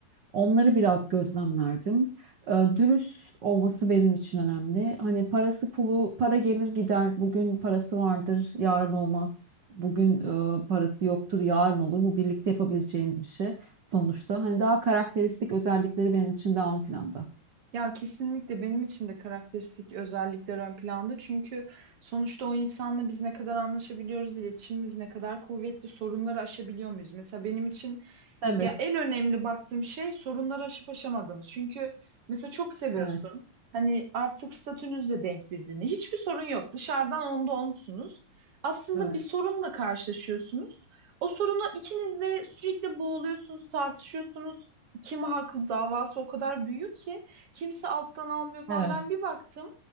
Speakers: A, on the right; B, on the right.
A: Onları biraz gözlemlerdim. Ee, Dürüst olması benim için önemli. Hani parası pulu, para gelir gider. Bugün parası vardır, yarın olmaz. Bugün e, parası yoktur, yarın olur. Bu birlikte yapabileceğimiz bir şey sonuçta. Hani daha karakteristik özellikleri benim için daha ön planda.
B: Ya kesinlikle benim için de karakteristik özellikler ön planda. Çünkü sonuçta o insanla biz ne kadar anlaşabiliyoruz, iletişimimiz ne kadar kuvvetli, sorunları aşabiliyor muyuz? Mesela benim için
A: Tabii.
B: ya en önemli baktığım şey sorunları aşıp aşamadığınız. Çünkü mesela çok seviyorsun.
A: Evet,
B: Hani artık statünüzle denk birbirine. Hiçbir sorun yok. Dışarıdan onda onsunuz. Aslında
A: evet.
B: bir sorunla karşılaşıyorsunuz. O sorunu ikiniz de sürekli boğuluyorsunuz, tartışıyorsunuz. Kim haklı davası o kadar büyük ki kimse alttan almıyor falan.
A: Evet.
B: Ben bir baktım.